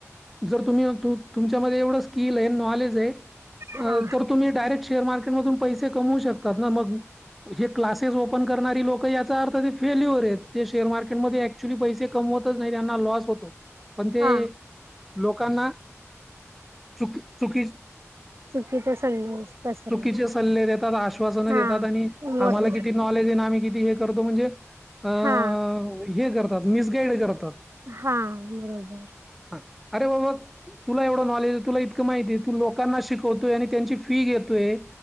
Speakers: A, in the centre; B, on the right.
A: जर तुम्ही, तुमच्यामध्ये एवढं स्किल आह, नॉलेज आह,,
B: हा
A: तर तुम्ही डायरेक्ट शेअर मार्केटमधून पैसे कमवू शकतात ना, मग हे क्लासेस ओपन करणारी लोक याचा अर्थ ते फेल्युअर आहेत. ते शेअर मार्केटमध्ये ऍक्च्युली पैसे कमवतच नाही त्यांना लॉस होतो,, पण तेऽ
B: हा
A: लोकांना,, चुकी, चुकीची
B: चुकीचा संदेश पसरवत
A: चुकीचे सल्ले देतात आश आश्वासन
B: हा
A: देतात आणि,,
B: मोठ
A: आम्हाला किती नॉलेज आहे आनी आम्ही किती हे करतो म्हणजे अ,
B: हा
A: हे करतात, मिसगाईड करतात, फक्त
B: हा बरोबर.
A: ह, अरे म मग तुला एवढं नॉलेज य, तुला इतकं माहिती आह, तू लोकांना शिकवतोय, आणि त्यांची फी घेतोयऽ